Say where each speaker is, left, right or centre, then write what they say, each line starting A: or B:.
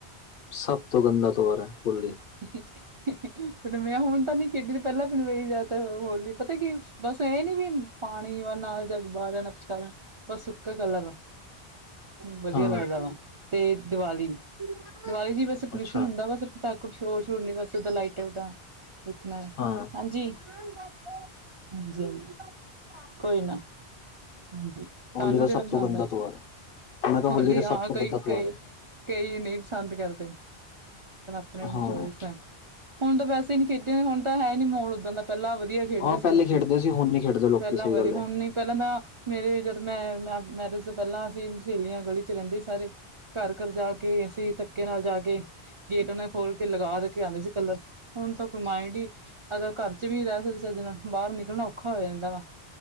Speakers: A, on the left; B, on the right.
A: ਸਭ ਤੋਂ ਗੰਦਾ ਤਿਉਹਾਰ ਐ ਹੋਲੀ।
B: <inaudible> ਤੇ ਮੈਂ ਹੁਣ ਤਾਂ ਨੀ ਖੇਡੀ ਤੇ ਪਹਿਲਾਂ ਬਣਵਈ ਜਾ ਤੇ ਹੋਲੀ ਪਤਾ ਕੀ ਬਸ ਇਹ ਨੀ ਵੀ ਪਾਣੀ ਵਾ ਨਾ ਜਾਗ ਬਾਹਣਾ ਪਿਚਕਾਰ ਬ ਸੁੱਕ ਕਲਰ ਵਧੀਆ
A: ਹਾਂ
B: ਲੱਗਦਾ ਵਾ ਤੇ ਦੀਵਾਲੀ ਦੀਵਾਲੀ ਜੀ ਵੈਸ ਪੋਲਿਊਸ਼ਨ
A: ਅੱਛਾ
B: ਹੁੰਦਾ ਵਾ ਬਸਤਾ ਕੁਛ ਹੋਰ ਸ਼ ਹੋਰ ਨੀ ਬਸ ਦਾ ਲਾਈਟ ਓ ਦੇਖਣਾ।
A: ਹਾਂ।
B: ਹਾਂਜੀ-ਹਾਂਜੀ-ਹਾਂਜੀ ਕੋਈ ਨਾ ਹਾਂਜੀ। ਤੁਹਾਨੂੰ
A: ਹੋਲੀ ਦਾ
B: ਕਿਹੜਾ
A: ਸਭ
B: ਪਸੰਦ
A: ਤੋਂ ਗੰਦਾ
B: ਐ?
A: ਤਿਉਹਾਰ ਹੈ ਮੈਂ ਕਿਹਾ
B: ਹੋਲੀ
A: ਦਾ
B: ਹਾਂ
A: ਸਭ ਤੋਂ
B: ਕਈ-ਕਈ
A: ਗੰਦਾ ਤਿਉਹਾਰ ਹੈ
B: ਕਈ ਨਈ ਪਸੰਦ ਕਰਦੇ। ਆਪਣੀ-ਆਪਣੀ
A: ਹਾਂ
B: ਚੋਇਸ ਐ, ਹੁਣ ਤਾਂ ਵੈਸੇ ਨੀ ਖੇਡਿਆ ਹੁਣ ਤਾਂ ਹੈ ਨੀ ਮੋਲ ਉੱਦਾਂ ਦਾ ਪਹਿਲਾਂ ਵਧੀਆ ਖੇਡਦੇ
A: ਹਾਂ
B: ਸੀ
A: ਪਹਿਲੇ
B: ਲੋਕੀ
A: ਖੇਡਦੇ ਸੀ ਹੁਣ ਨੀ ਖੇਡਦੇ ਲੋਕੀ
B: ਪੈਲਾਂ
A: ਸਹੀ
B: ਬਾਰੇ
A: ਗੱਲ
B: ਹੁਣ
A: ਹੈ
B: ਨ ਪੈਲਾਂ ਤਾਂ ਮੇਰੇ ਜਦ ਮੈਂ ਮੈਂਰੇ ਮੈਰਿਜ ਤੋਂ ਪੈਲਾਂ ਅਸੀਂ ਸਹੇਲੀਆਂ ਗਲੀ ਚ ਰਹਿੰਦੀ ਸੀ ਸਾਰੇ ਘਰ-ਘਰ ਜਾ ਕੇ ਅਸੀਂ ਧੱਕੇ ਨਾਲ ਜਾ ਕੇ ਗੇਟਨਾਂ ਖੋਲ ਕੇ ਲਗਾ ਦੇ ਕੇ ਆਉਂਦੇ ਸੀ ਕਲਰ ਹੁਣ ਤਾਂ ਕੋਈ ਮਾਇੰਡ ਈ ਅਗਰ ਘਰ ਚ ਵੀ ਰਹਿ ਸਕਦੇ ਚਜ ਨਾਲ ਬਾਹਰ ਨਿਕਲਣਾ ਔਖਾ ਹੋ ਜਾਂਦਾ ਵਾ।